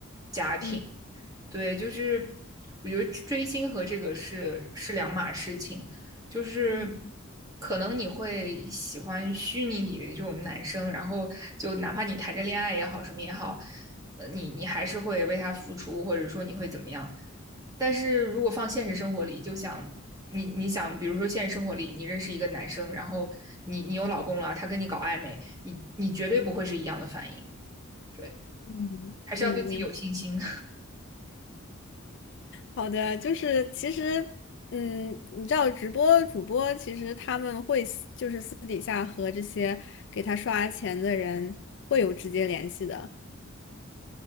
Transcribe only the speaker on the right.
家庭，
对，就是我觉得追星和这个是是两码事情，就是
可能你会喜欢虚拟里的这种男生，然后就哪怕你谈着恋爱也好，什么也好，呃，你你还是会为他付出，或者说你会怎么样。但是如果放现实生活里，就想你你想，比如说现实生活里，你认识一个男生，然后你你有老公了，他跟你搞暧昧，你你绝对不会是一样的反应，对，
还是要对自己有信心。